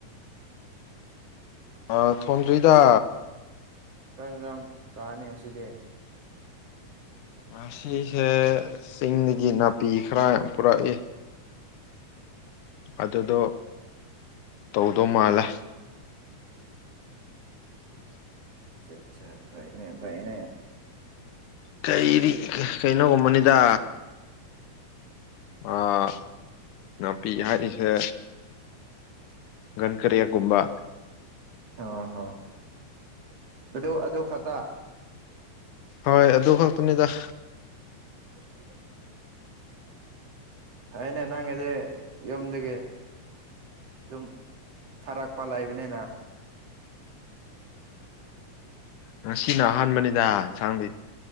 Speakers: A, on the left (about 80°); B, on the right (about 50°).
A: ꯑ ꯊꯣꯟꯗ꯭ꯔꯤꯗ
B: ꯀꯔꯤ ꯌꯦꯡꯁꯥꯟ ꯆꯥꯅꯤ ꯉꯁꯤꯗꯤ
A: ꯃꯁꯤꯁꯦ ꯆꯤꯡꯗꯒꯤ ꯅꯥꯄꯤ ꯈꯔ ꯄꯨꯔꯛꯏ ꯑꯗꯨꯗꯣ ꯇꯧꯗꯧ ꯃꯥꯜꯂꯦ
B: ꯑꯆꯥ ꯆꯥ ꯐꯩꯅꯦ ꯐꯩꯅꯦ
A: ꯀꯩꯗꯤ ꯀꯩꯅꯣꯒꯨꯝꯕꯅꯤꯗ ꯑꯥ ꯅꯥꯄꯤ ꯍꯥꯏꯔꯤꯁꯦ ꯀꯟꯀꯔꯦꯛꯒꯨꯝꯕ
B: ꯑ ꯍꯣ ꯑꯗꯨ ꯑꯗꯨ ꯈꯛꯇ
A: ꯍꯣꯏ ꯑꯗꯨ ꯈꯛꯇꯅꯤꯗ
B: ꯑꯟꯑꯣꯗꯤꯕꯜ ꯍꯥꯏꯅꯦ ꯅꯪꯒꯗꯤ ꯌꯨꯝꯗꯒꯤ ꯑꯗꯨꯝ ꯊꯔꯛꯄ ꯂꯩꯕꯅꯤꯅ
A: ꯉꯁꯤꯅ ꯑꯍꯥꯟꯕꯅꯤꯗ ꯆꯪꯗꯦ